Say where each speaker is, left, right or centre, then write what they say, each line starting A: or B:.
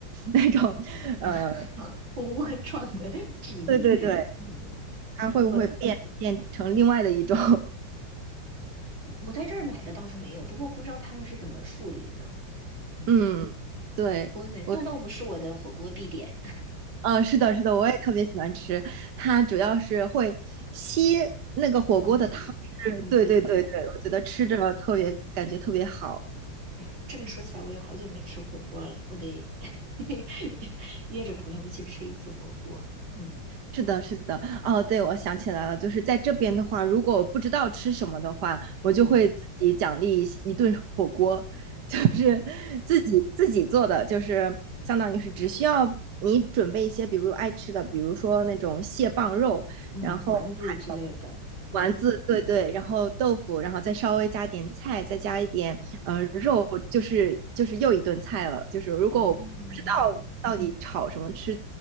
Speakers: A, on the right; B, on the right.
A: 那种，
B: <laughs>
A: 呃，
B: 蜂蜂窝状的 <laughs> 质地，
A: 对对对，
B: 嗯，
A: 它会不会变变成另外的一种
B: 我我在这儿买的倒是没有，不过不知道他们是怎么处理的。嗯。
A: 嗯，对，
B: 不对，冻豆腐是我的火锅必点，
A: 我，
B: <laughs>
A: 呃，是的，是的，我也特别喜欢吃。它主要是会吸那个火锅的汤汁，
B: 汤汁。嗯，
A: 对对对对，
B: 对对。
A: 我觉得吃着特别感觉特别好。
B: 哎呀，这么说起来，我也好久没吃火锅了，我得 <laughs> 约着朋友一起吃一次火锅。嗯
A: 是的，是的，哦，对，我想起来了，就是在这边的话，如果我不知道吃什么的话，我就会自己奖励一一顿火锅。
B: 嗯
A: 就是自己自己做的，就是相当于是只需要你准备一些，比如爱吃的，比如说那种蟹棒肉，
B: 嗯，
A: 然后还有
B: 丸子之类的。嗯
A: 丸子，对对，然后豆腐，然后再稍微加点菜，再加一点呃肉，就是就是又一顿菜了。就是如果我不知道到底炒什么吃，
B: 哦，